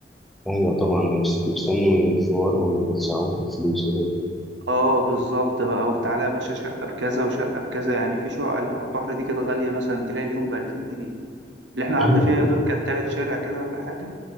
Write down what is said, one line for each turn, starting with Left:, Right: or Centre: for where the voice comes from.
Centre: أيوة طبعا مست- مستني الزوار ويدفعوهم في الفلوس كده كده
Right: اه بالظبط بقى وتعالى يا باشا شقة بكذا وشقة بكذا يعني في شقة اللي على البحر دي كده غالية مثلا تلاقي اليوم بألفين جنيه اللي احنا
Centre: أيوة
Right: قعدنا فيها يا دوب كانت تالت شارع كده ولا حاجة